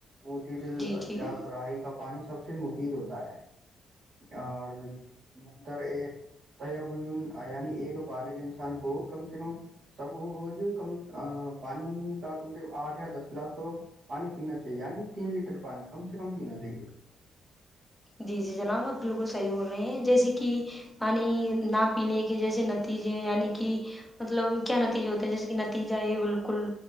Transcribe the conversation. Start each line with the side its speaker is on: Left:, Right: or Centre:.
Right: موتی دل
Centre: جی جی
Right: یا سراہی کا پانی سب سے سے مفید ہوتا ہے اور جی مقدر ا یعنی ایک بالغ انسان کو کم سے کم سب وہ روز کم ا پانی کا کم سے کم آٹھ یا دس گلاس تو پانی پینا چاہیے یعنی تین لیٹر پانی کم سے کم پینا چاہیے
Centre: جی جی جناب آپ بالکل صحیح بول رہے ہیں جیسے کہ پانی نہ پینے کے جیسے نتیجے یعنی کہ مطلب کیا نتیجے ہوتے ہیں جیسے کہ نتیجہ یہ بالکل